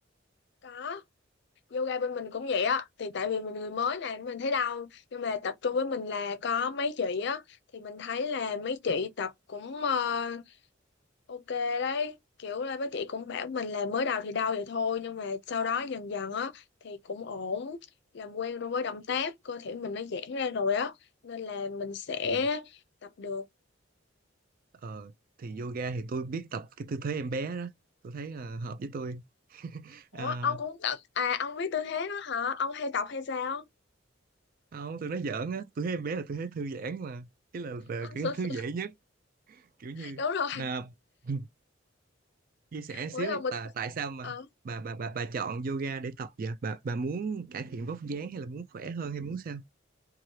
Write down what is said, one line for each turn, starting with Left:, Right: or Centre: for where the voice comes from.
Left: có yoga bên mình cũng vậy á thì tại vì mình người mới này mình thấy đau nhưng mà tập trung với mình là có mấy chị á thì mình thấy là mấy chị tập cũng ờ, ok đấy kiểu là mấy chị cũng bảo mình là mới đầu thì đau vậy thôi nhưng mà sau đó dần dần á thì cũng ổn làm quen rồi với động tác cơ thể mình nó giãn ra rồi á nên là mình sẽ
Right: ừ.
Left: tập được
Right: ờ, thì yoga thì tôi biết tập cái tư thế em bé đó tôi thấy là hợp với tôi
Left: Ủa,
Right: à,
Left: ông cũng tập à ông biết tư thế đó hả? Ông hay tập hay sao?
Right: không tôi nói giỡn á tôi thấy em bé là tôi thấy thư giãn mà ý là, là
Left: <laughs>
Right: cái thư dễ nhất kiểu như
Left: Đúng rồi,
Right: là <laughs> chia sẻ xíu
Left: mỗi lần mình
Right: tại tại sao mà
Left: ờ,
Right: bà bà bà bà chọn yoga để tập vậy bà bà muốn cải thiện vóc dáng hay là muốn khỏe hơn hay muốn sao